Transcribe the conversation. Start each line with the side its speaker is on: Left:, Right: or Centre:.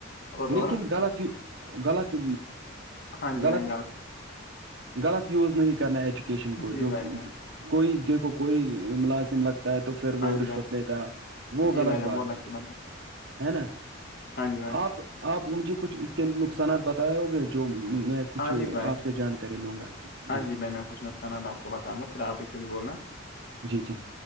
Left: اور
Right: لیکن
Left: اور
Right: غلط یہ غلط
Left: ہاں جی
Right: غلط
Left: بھائی گل
Right: غلط یوز نہیں کرنا ایجوکیشن کو
Left: جی
Right: جو
Left: بھائی جان
Right: کوئی دیکھو کوئی ملازم لگتا تو پھر
Left: ہاں
Right: وہ
Left: جی
Right: رشوت
Left: بھائی
Right: لیتا وہ
Left: جی
Right: غلط
Left: بھائی جان
Right: بات
Left: بہت اچھی
Right: ہے ہے نا
Left: ہاں جی بھائی
Right: آپ آپ مجھے کچھ اس کے نقصانات بتائے ہو گے جو میں کچھ
Left: ہاں جی بھائی
Right: آپ سے جانکاری لوں گا
Left: ہاں
Right: جی
Left: جی بائی میں کچھ سنا تھا کو بتاؤں گا پھر آپ ہی کچھ بولنا
Right: جی جی